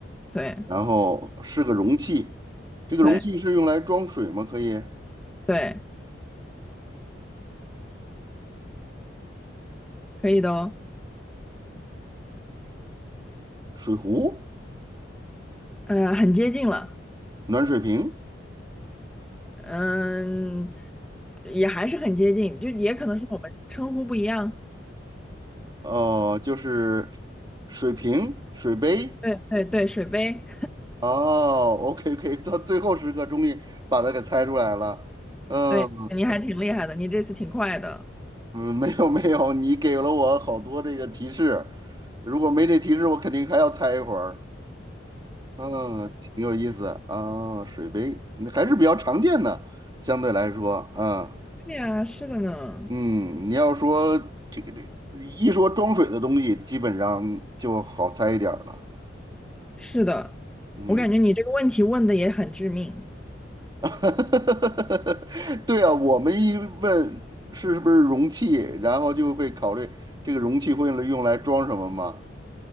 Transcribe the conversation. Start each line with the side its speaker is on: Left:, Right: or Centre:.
Centre: 对
Right: 然后是个容器，这个容器是用来装水吗？
Centre: 对
Right: 可以，
Centre: 对，可以的哦，
Right: 水壶、
Centre: 呃，很接近了，
Right: 暖水瓶，
Centre: 嗯，也还是很接近，就也可能是我们称呼不一样，
Right: 哦，就是水瓶、水杯。
Centre: 对对对，水杯，
Right: 哦，OK OK，<laughs> 到最后时刻终于把它给猜出来了。
Centre: <laughs>
Right: 嗯
Centre: 对，你还挺厉害的，你这次挺快的，
Right: 嗯，没有没有，你给了我好多这个提示，如果没这提示，我肯定还要猜一会儿。啊，挺有意思啊，水杯那还是比较常见的，相对来说啊，
Centre: 对呀，是的呢，
Right: 嗯，你要说这个这一说装水的东西，基本上就好猜一点儿了，
Centre: 是的，
Right: 嗯，
Centre: 我感觉你这个问题问的也很致命，
Right: <laughs> 对啊，我们一问是不是容器，然后就会考虑这个容器会用来装什么嘛，